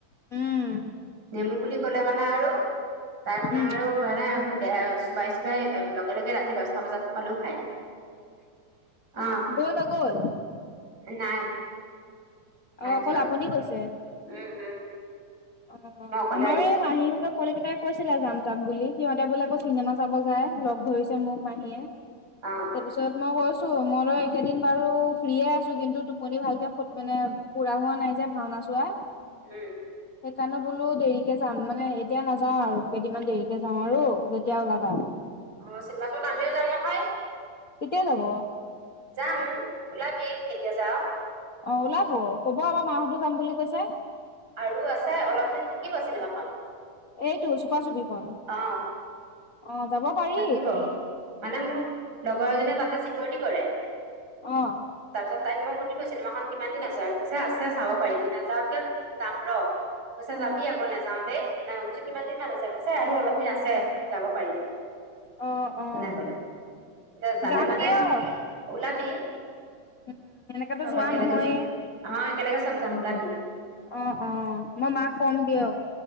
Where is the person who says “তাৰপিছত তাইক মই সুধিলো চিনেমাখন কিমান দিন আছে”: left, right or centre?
Right